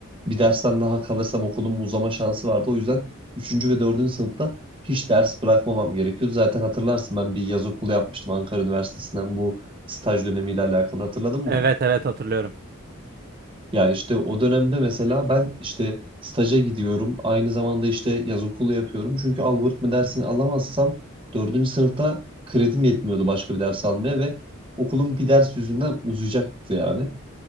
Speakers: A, on the right; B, on the right.
A: bir dersten daha kalırsam okulumun uzama şansı vardı. O yüzden üçüncü ve dördüncü sınıfta hiç ders bırakmamam gerekiyordu. Zaten hatırlarsın ben bir yaz okulu yapmıştım Ankara Üniversitesi'nden bu staj dönemiyle alakalı hatırladın mı
B: Evet
A: onu?
B: evet hatırlıyorum.
A: Ya işte o dönemde mesela ben işte staja gidiyorum. Aynı zamanda işte yaz okulu yapıyorum. Çünkü algoritma dersini alamazsam dördüncü sınıfta kredim yetmiyordu başka bir ders almaya ve okulun bir ders yüzünden uzayacaktı yani.